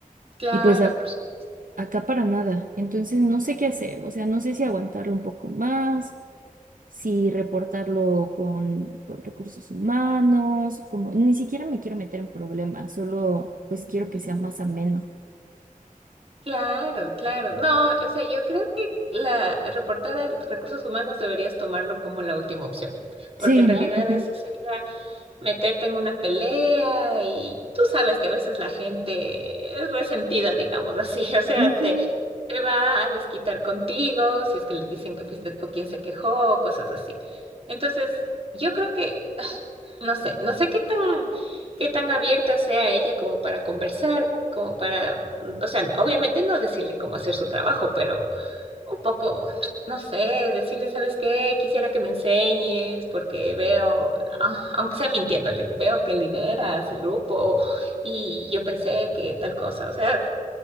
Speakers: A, on the right; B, on the right.
A: Claro,
B: Y pues ac-
A: por supuesto.
B: acá para nada. Entonces no sé qué hacer, o sea, no sé si aguantarlo un poco más, si reportarlo con, con recursos humanos, como, ni siquiera me quiero meter en problemas, solo pues quiero que
A: Ujú.
B: sea más ameno.
A: Claro, claro. No, o sea, yo creo que la reportar a recursos humanos deberías tomarlo como la última opción, porque
B: Sí,
A: en realidad
B: ¿no? Ujú.
A: eso sería meterte en una pelea y tú sabes que a veces la gente es resentida, digamos así, <laughs> o sea,
B: Ujú.
A: te, te va a desquitar contigo si es que le dicen que fuiste tú quien se quejó, cosas así. Entonces, yo creo que no sé, no sé qué tan, qué tan abierta sea ella como para conversar, como para, mm, o sea, obviamente no decirle cómo hacer su trabajo, pero un poco, no sé, decirle, ¿sabes qué? Quisiera que me enseñes porque veo, ah, aunque sea mintiéndole, veo que lideras el grupo y yo pensé que tal cosa, o sea,